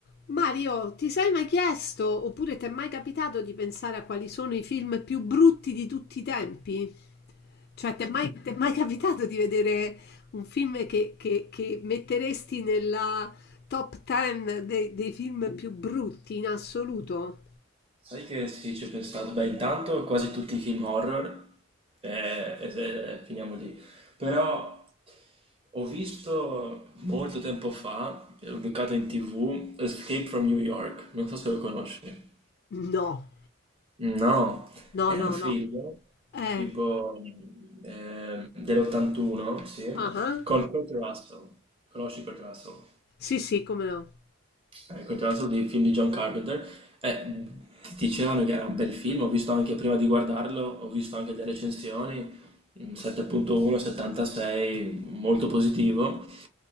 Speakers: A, on the left (about 45°); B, on the right (about 25°).
A: Mario, ti sei mai chiesto oppure ti è mai capitato di pensare a quali sono i film più brutti di tutti i tempi? Cioè, ti è mai, ti è mai capitato di vedere un film che, che- che metteresti nella top 10 dei, dei film più brutti in assoluto?
B: Sai che sì, ci ho pensato. Beh, intanto quasi tutti i film horror, eh, e se- finiamo lì. Però ho visto molto tempo fa, l'ho beccato in TV, Escape from New York, non so se lo conosci.
A: No,
B: No,
A: no,
B: è
A: no,
B: un film
A: no. Eh,
B: tipo eh, dell'81, sì,
A: ah, ah.
B: con Kurt Russell. Conosci Kurt Russell?
A: Sì, sì, come no.
B: Eh, Continuando dei film di John Carpenter, eh, dicevano che era un bel film, ho visto anche prima di guardarlo, ho visto anche le recensioni, mm, 7.1, 76, molto positivo.